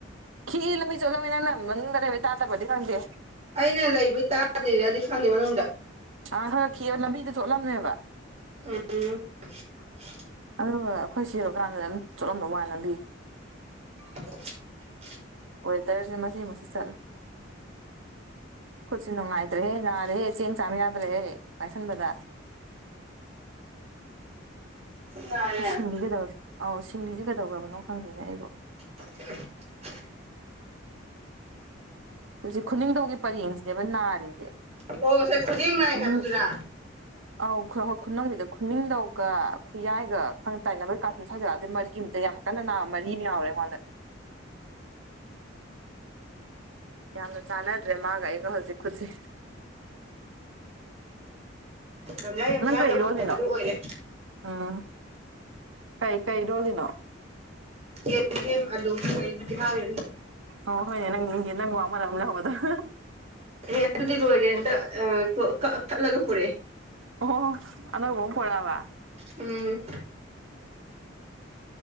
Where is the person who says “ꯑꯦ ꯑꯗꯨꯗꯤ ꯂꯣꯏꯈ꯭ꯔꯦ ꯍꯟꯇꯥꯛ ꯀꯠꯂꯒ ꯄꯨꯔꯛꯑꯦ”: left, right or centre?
Right